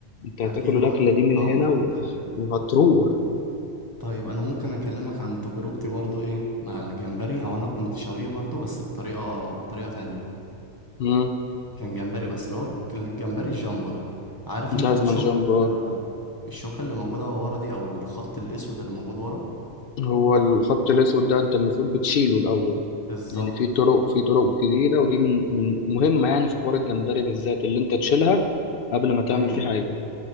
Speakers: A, on the left; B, on the left.
A: انت هتاكل
B: اكيد
A: الاكلة
B: وضعت
A: دي
B: الطعم
A: من هنا
B: في
A: و...
B: حته تانية
A: وهتروح
B: طيب انا ممكن اكلمك عن تجربتي برضو ايه مع الجمبري او انا كنت شويه برضو بس بطريقه بطريقه تانية
A: مم.
B: كان جمبري بس اللي هو الجمبري الجامبو ده عارف انت
A: جازمان
B: الشوكه
A: جامبو
B: اللي بتبقى الشوكه اللي موجوده ورا دي او الخط الاسود اللي موجود ورا
A: هو الخط الأسود ده أنت المفروض بتشيله الأول
B: بالظبط
A: يعني في طرق في طرق كتيرة ودي من من مهمة يعني في حوار الجمبري بالذات اللي أنت تشيلها قبل ما تعمل
B: ايوه
A: فيه حاجة